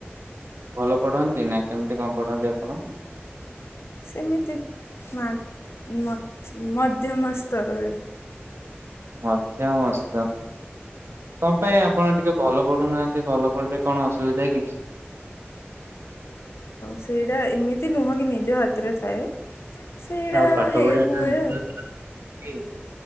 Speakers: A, on the right; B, on the left.
A: ଭଲ ପଢନ୍ତି ନା କେମିତି କଣ ପଢନ୍ତି ଆପଣ?
B: ସେମିତି ମା ମ ମଧ୍ୟମ ସ୍ତରରେ।
A: ମଧ୍ୟମ ସ୍ତର। କଣ ପାଇଁ ଆପଣ ଟିକେ ଭଲ ପଡୁନାହାନ୍ତି ଭଲ ପଢିଲେ କଣ ଅସୁବିଧା କି?
B: ସେଇରା ଏମିତି ନୁହଁ କି ନିଜ ହାତରେ ଥାଏ। ସେଇଟା
A: ଆଉ ପାଠ
B: ହେଇ
A: ପଢିବା
B: ହୁଏ।
A: ଟା ନିହାତି କି